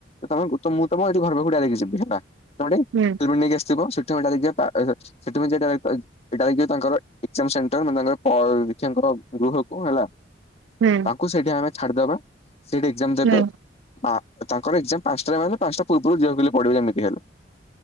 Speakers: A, on the left; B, on the right.
A: ଏ ତମେ ଗୋ ତ ମୁଁ ତମ ଏ ଯୋଉ ଘର ପାଖୁକୁ ଡାଇରେକ୍ଟ ଯିବି ଭାରି ହେଲା ତମେ ଡି
B: ହୁଁ।
A: ହେଲମେଟ୍ ନେଇକି ଆସିଥିବ ସେଠୁ ଆମେ ଡାଇରେକ୍ଟ ଯିବା ପା ଏ ସେଠୁ ଆମେ ଯିବା ଡାଇରେକ୍ଟ ପା ଏ ଏଇଟା ହେଇଯିବ ତାଙ୍କର ଏକଜାମ୍ ସେଣ୍ଟର ମାନେ ତାଙ୍କର ପରୀକ୍ଷାଙ୍କର ଗୃହକୁ ହେଲା
B: ହୁଁ।
A: କୁ ସେଇଟି ଆମେ ଛାଡିଦବା ସେଇଟି ଏକଜାମ୍ ଦେବେ।
B: ହୁଁ
A: ହଁ ତାଙ୍କର ଏକଜାମ୍ ପାଞ୍ଚଟାରେ ମାନେ ପାଞ୍ଚଟା ପୂର୍ବୁରୁ ଯିବାକୁ ହେଲେ ପଡିବ ଯେମିତି ହେଲେ।